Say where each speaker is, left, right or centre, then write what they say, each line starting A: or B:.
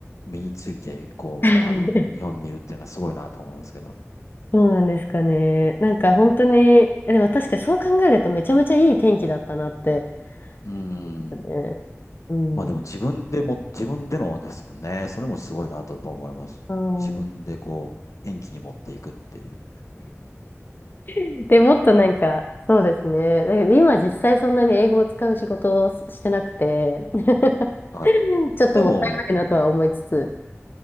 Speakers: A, on the left; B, on the left.
A: う、身について、こう、
B: <laughs>
A: ある、日本にいるっていうのはすごいなと思いますけど。
B: そうなんですかね。なんか本当に、えでも確かにそう考えるとめちゃめちゃいい天気だったなって
A: うん。
B: 思いますね。うん。
A: まあでも自分でも、自分でのですもんね。それもすごいなとやっぱ思います。
B: あー
A: 自分でこう、元気に持っていくっていう。
B: <laughs> で、もっとなんか、そうですね。だけど今実際そんなに英語を使う仕事をしてなくて、
A: はい。
B: <laughs> ちょっともったいないなとは思いつつ。
A: でも、